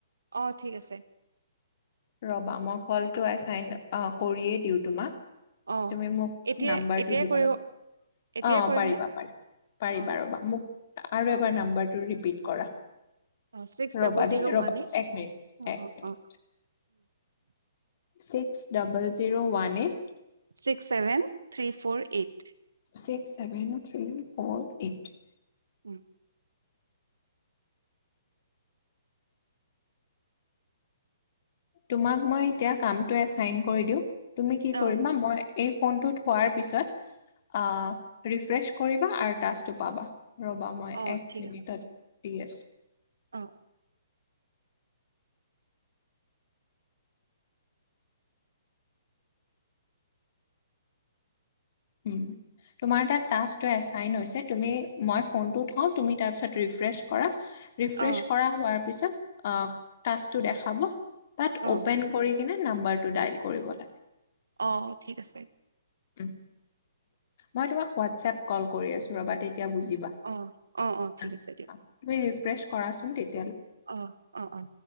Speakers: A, on the right; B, on the left.
A: অ ঠিক আছে
B: ৰবা মই কলটো চাইন কৰিয়ে দিওঁ তোমাক
A: অ
B: তুমি মোক
A: এতিয়া
B: নাম্বাৰটো
A: এতিয়াই
B: দিবা
A: কৰিব
B: ৰ অ
A: এতিয়াই কৰিম
B: পাৰিবা
A: নে
B: পাৰিবা পাৰিবা
A: অ
B: ৰবা
A: ঠিক আছে।
B: মোক আৰু
A: অ
B: এবাৰ নাম্বাৰটো ৰিপিত কৰা
A: অ ছিক্স
B: ৰবা
A: ডাবল
B: দেই
A: জিৰ' ওৱান
B: ৰবা
A: এই
B: এক মিনিট
A: অ
B: এক minute
A: অ অ
B: six double zero one eight
A: six seven three four eight
B: six seven three four eight
A: um
B: তোমাক মই এতিয়া কামটো এচাইন কৰি দিও তুমি কি
A: অ
B: কৰিবা মই এই ফোনটোত থোৱাৰ পিছত অ ৰিফে ফ্ৰেছ কৰিবা আৰু টাচটো পাবা ৰবা মই
A: অ
B: এক
A: ঠিক
B: মিনিটত
A: আছে
B: দি আছো
A: অ
B: উম তোমাৰ তাত টাস্কটো এচাইন হৈছে। তুমি- মই ফোনটো থওঁ তুমি তাৰপিছত ৰিফ্ৰেছ কৰা। ৰিফ্ৰেছ
A: অ
B: কৰা হোৱাৰ পিছত। অ টাস্কটো দেখাব। তাত
A: অ
B: অপেন কৰি কিনে- নাম্বাৰটো ডাইল কৰিব লাগে।
A: অ', ঠিক আছে।
B: উম। মই তোমাক হোৱাটছএপ কল কৰি আছোঁ। ৰ'বাটিত এতিয়া বুজিবা
A: অ ঠিক
B: অ',
A: আছে দিয়ক
B: অ', তুমি ৰি প্ৰেচ কৰাচোন তে
A: অ', অ'।